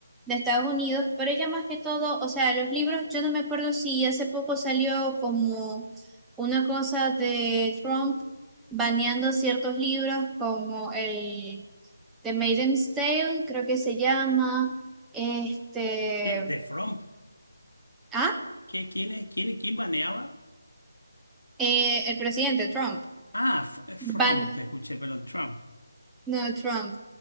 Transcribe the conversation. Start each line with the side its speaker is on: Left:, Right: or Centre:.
Centre: de Estados Unidos, pero ella más que todo, o sea, los libros, yo no me acuerdo si hace poco salió como una cosa de Trump baneando ciertos libros como el The Maiden's Tale, creo que se llama, este,
Left: ¿Qué- ¿De Fromp?
Centre: ah,
Left: ¿Qué- ¿Quién es? ¿Quién, quién baneaba?
Centre: eh, el presidente Trump.
Left: Ah, F- Fromp,
Centre: Van,
Left: te escuché, perdón, Trump.
Centre: no, Trump,